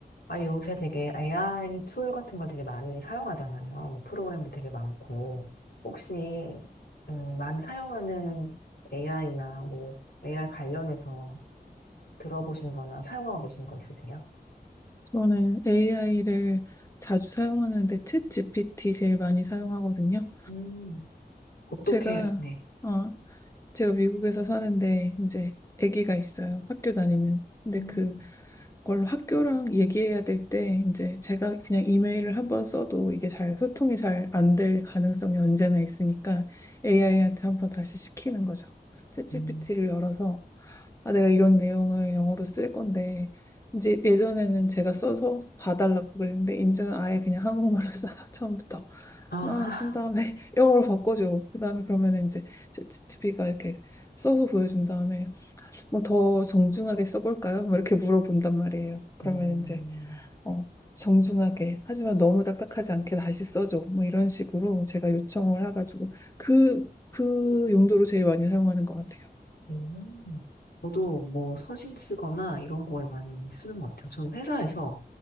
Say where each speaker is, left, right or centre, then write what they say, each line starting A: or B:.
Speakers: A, on the left; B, on the left.
A: 아, 요새 되게 AI 툴 같은 걸 되게 많이 사용하잖아요. 뭐 프로그램도 되게 많고. 혹시, 음, 많이 사용하는 AI나 뭐 AI 관련해서 들어보신 거나 사용하고 계신 거 있으세요?
B: 저는 AI를 자주 사용하는데 챗 GPT 제일 많이 사용하거든요.
A: 음, 어떻게,
B: 제가
A: 네.
B: 어, 제가 미국에서 사는데 이제 아기가 있어요. 학교 다니는. 근데
A: 음,
B: 그 그걸로 학교랑 얘기해야 될 때 이제 제가 그냥 이메일을 한번 써도 이게 잘 소통이 잘 안 될 가능성이 언제나 있으니까 AI한테 한번 다시 시키는 거죠. 챗GPT를
A: 음,
B: 열어서 아, 내가 이런 내용을 영어로 쓸 건데 이제 예전에는 제가 써서 봐달라고 그랬는데 이제는 아예 그냥 한국말로 <laughs> 써서 처음부터
A: 아,
B: 막 쓴 다음에 <laughs> 영어로 바꿔줘. 그 다음에 그러면 이제 챗GPT가 이렇게 써서 보여준 다음에 뭐 더 정중하게 써볼까요? 뭐 이렇게 물어본단 말이에요. 그러면
A: 음,
B: 이제 어, 정중하게 하지만 너무 딱딱하지 않게 다시 써줘. 뭐 이런 식으로 제가 요청을 해가지고 그, 그 용도로 제일 많이 사용하는 것 같아요.
A: 음. 저도 뭐 서신 쓰거나 이런 거에 많이 쓰는 것 같아요. 저는 회사에서